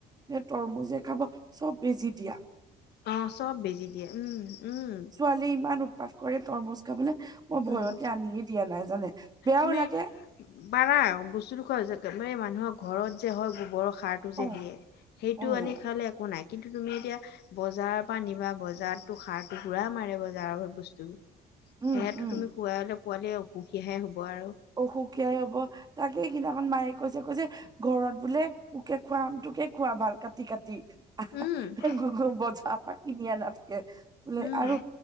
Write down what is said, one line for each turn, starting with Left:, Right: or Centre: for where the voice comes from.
Right: নে তৰমুজেএ খাব, চব বেজি দিয়া।
Left: অ চব বেজি দিয়ে। উম উম।
Right: ছোৱালী ইমান উৎপাত কৰে তৰমুজ খাবলে। মই ভয়তে
Left: উম
Right: আনিয়ে দিয়া নাই জানে? বেয়াও
Left: তুমি
Right: লাগে
Left: পাৰা বস্তুটো খ মানুহৰ ঘৰত যে হয় গোবৰৰ সাৰ,
Right: অ',
Left: যে দিয়ে, সেইটো
Right: অ',
Left: আনি খালে একো নাই। কিন্তু তুমি এতিয়া বজাৰৰ পৰা নিবা, বজাৰততো সাৰতো পুৰা মাৰে বজাৰৰ বস্তুবোৰ।
Right: উম,
Left: সেইয়াতো
Right: উম।
Left: তুমি খোৱলে পোৱালি অসুখীহে হ'ব আৰু।
Right: অসুখীয়াই হব। তাকে স সিদিনাখন মায়ে কৈছে, কৈছে ঘৰত বোলে পুকে খোৱা আম তুকে খোৱা ভাল কাটি, কাটি আহ,
Left: উম
Right: হা বজা পা কিনি আনাতকে, বোলে
Left: উম
Right: আৰু